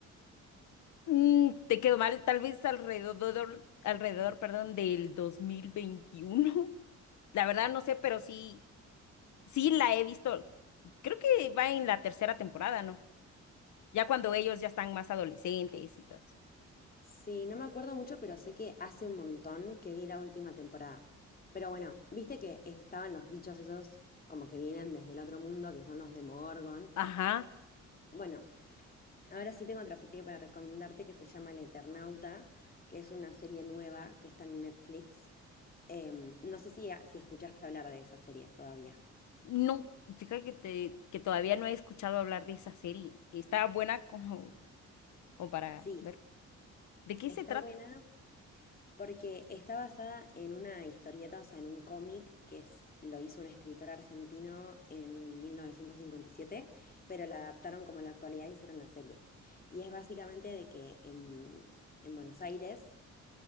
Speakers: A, on the left (about 70°); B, on the left (about 30°).
A: Mm, te quedó mal, tal vez alrededor, alrededor, perdón, del 2021. <laughs> La verdad no sé, pero sí, sí la he visto. Creo que va en la tercera temporada, ¿no? Ya cuando ellos ya están más adolescentes y todo. eso.
B: Sí, no me acuerdo mucho, pero sé que hace un montón que vi la última temporada. Pero bueno, viste que estaban los bichos esos como que vienen desde el otro mundo, que son los Demogorgon.
A: Ajá.
B: Bueno, ahora sí tengo otra serie para recomendarte que se llama El Eternauta, que es una serie nueva que está en Netflix. Em, no sé si, si escuchaste hablar de esa serie todavía.
A: No, fíjate que, te- que todavía no he escuchado hablar de esa serie. Está buena como, como para
B: Sí,
A: ver. ¿De qué
B: está
A: se trata?
B: buena. Porque está basada en una historieta, o sea, en un cómic que es- lo hizo un escritor argentino en 1957, pero la adaptaron como a la actualidad e hicieron la serie. Y es básicamente de que en, en Buenos Aires